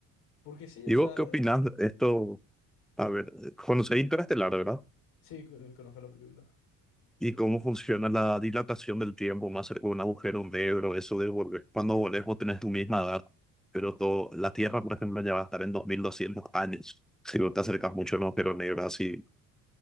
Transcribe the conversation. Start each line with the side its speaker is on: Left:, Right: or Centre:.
Left: porque sí,
Centre: ¿Y
Left: o sea,
Centre: vos qué opinás de esto? A ver, conocéis Interestelar, ¿verdad?
Left: sí, co- conozco la película.
Centre: ¿Y cómo funciona la dilatación del tiempo más cerca de un agujero negro? Eso de volver. Cuando volvés vos tenés tu misma edad, pero todo, la Tierra, por ejemplo, ya va a estar en 2200 años. Si vos te acercas mucho a un agujero negro, así.